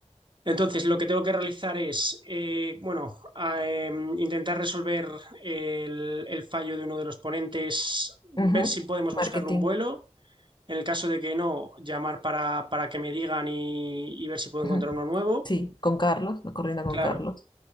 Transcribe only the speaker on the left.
Ujú.
Marketing.
ujú.
Sí, con Carlos, lo coordina con
Carlos.